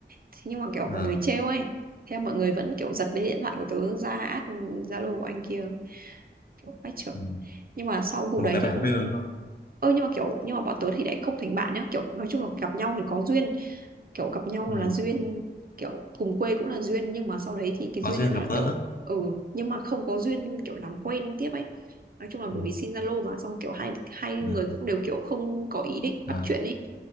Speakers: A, on the right; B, on the left.
A: Thế nhưng mà kiểu
B: ờ
A: mọi người trêu ấy. Thế là mọi người vẫn kiểu giật lấy điện thoại của tớ ra add Zalo của anh kia. Kiểu bách trưởng
B: ừ.
A: nhưng mà sau vụ
B: một
A: đấy
B: người bạn
A: thì cũng
B: vui đúng không
A: ơ nhưng mà kiểu nhưng mà bọn tớ thì lại không thành bạn nhá kiểu nói chung là gặp nhau thì có duyên kiểu gặp nhau
B: ừ
A: là duyên kiểu cùng quê cũng là duyên nhưng mà sau đấy thì cái
B: có
A: duyên
B: duyên
A: đấy
B: gặp
A: nó là
B: gỡ
A: kiểu ừ nhưng mà không có duyên kiểu làm quen tiếp ấy nói chung là bởi
B: ừ
A: vì xin Zalo mà xong kiểu hai hai người
B: ờ
A: cũng đều kiểu không có ý định
B: ờ
A: bắt chuyện ấy